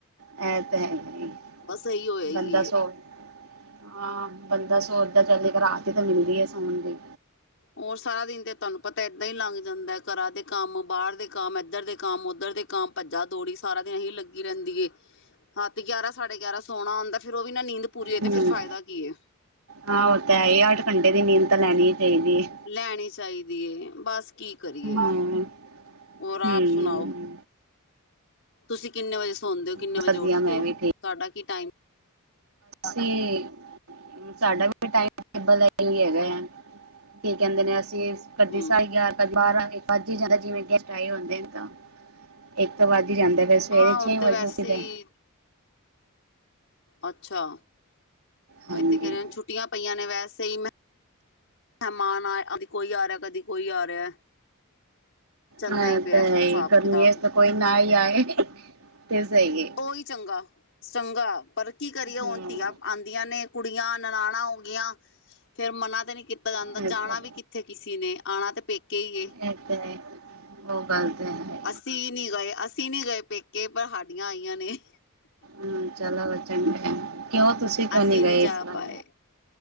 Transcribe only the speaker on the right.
ਇਹ ਤੇ ਹੈ ਹੀ
ਬੰਦਾ ਸੋ। ਹਾਂ, ਬੰਦਾ ਸੋਚਦਾ ਚਲ ਇਕ ਰਾਤ ਹੀ ਤੇ ਮਿਲਦੀ ਹੈ ਸੋਣ ਦੀ।
ਹੂੰ
ਹਾਂ ਉਹ ਤੇ ਹੈ ਹੀ, ਅੱਠ ਘੰਟੇ ਦੀ ਨੀਂਦ ਤਾਂ ਲੈਣੀ ਹੀ ਚਾਹੀਦੀ ਏ।
ਹਮ
ਹਮ
ਬਸ
ਵਧੀਆ
ਮੈਂ
ਵੀ
ਠੀਕ ਸਾਡਾ ਵੀ ਕੋਈ ਟਾਈਮ ਟੇਬਲ ਦਾ ਇਹ ਹੀ ਹੈਗਾ ਆ ਕੀ ਕਹਿੰਦੇ ਨੇ। ੇ ਕਦੇ
ਸਾਈ ਯ <unintelligible> ਬਾਰ੍ਹਾਂ ਤਾ ਵੱਜ ਹੀ ਜਾਂਦਾ ਜਿਵੇਂ ਗੈਸਟ ਆਏ ਹੁੰਦੇ ਨੇ ਤਾਂ ਇੱਕ ਤੇ ਵੱਜ ਹੀ ਜਾਂਦੈ। ਫਿਰ ਸਵੇਰੇ
ਛੇ
ਵਜੇ
ੳਠਦੇ।
ਹਾਂਜੀ
ਹਾਂ ਇਹ
ਤਾਂ
ਹੈ ਹੀ, ਗਰਮਿਆਂ
ਚ ਤੇ ਕੋਈ ਨਾ ਹੀ ਆਏ ਤੇ ਸਹੀ ਏ।
ਹਮ
ਹਮ
ਇਹ ਤੇ ਹੈ ਉਹ ਗੱਲ ਤੇ ਹੈ
ਹਮ ਚਲੋ ਚੰਗਾ, ਕਿਉਂ ਤੁਸੀਂ ਕਿਉਂ
ਨੀ ਗਏ
ਇਸ ਵਾਰ।